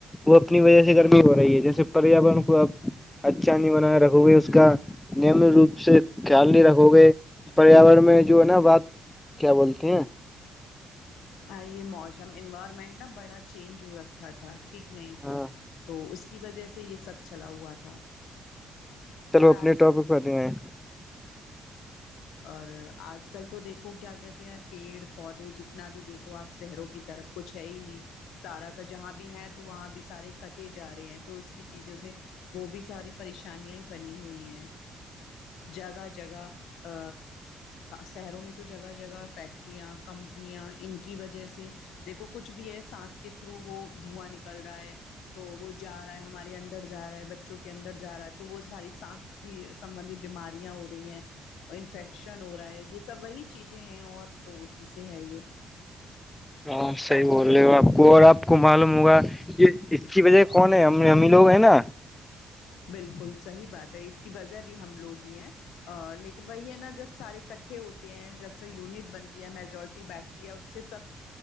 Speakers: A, on the left; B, on the left.
A: وہ اپنی وجہ سے گرمی ہو رہی ہے جیسے پریاورن کو اب اچھا نہیں بنا رکھوے اس کا نن روپ سے خیال نہیں رکھو گے پریاورن میں جو ہے نا بات کیا بولتے ہیں
B: آے موسم انوائرمنٹ نا بڑا چینج ہو رکھا تھا ٹھیک نہیں تھا
A: ہاں
B: تو اس کی وجہ سے یہ سب چلا ہوا تھا
A: چلو
B: اور
A: اپنے
B: آج
A: ٹاپک
B: کل
A: پر دی میں
B: اور آج کل تو دیکھو کیا کہتے ہیں پیڑ پودے جتنا بھی دیکھو آپ شہروں کی طرف کچھ ہے ہی نہیں سارا کا جہاں بھی ہے تو وہاں بھی سارے کٹےج جا رہے ہیں تو اس کی چیزوں سے وہ بھی ساری پریشانیاں بنی ہوئی ہیں جگہ جگہ ا شہروں میں تو جگہ جگہ فیکٹریاں کمپنیاں ان کی وجہ سے دیکو کچھ بھی ہے سانس کے تھرو وہ دھواں نکل رہا ہے تو وہ جا رہا ہے ہمارے اندر جا رہا ہے بچوں کے اندر جا رہا ہے تو وہ ساری سانس کی سبھت بیماریاں ہو رہی ہیں انفیکشن ہو رہا ہے یہ سب وہی چیزیں ہیں اور تو اسی سے ہے یہ
A: ہاں صحیح بول رہے ہو آپ کو اور آپ کو معلوم ہوگا یہ اس کی وجہ کون ہے ہم ہم ہی لوگ ہیں نا
B: بالکل صحیح بات ہے اس کی وجہ بھی ہم لوگ ہی ہیں لیکن وہی ہے نا جب سارے اٹھے ہوتے ہیں جب سے یونٹ بنتی ہے میجورٹی بیٹھتی ہے اس سے سب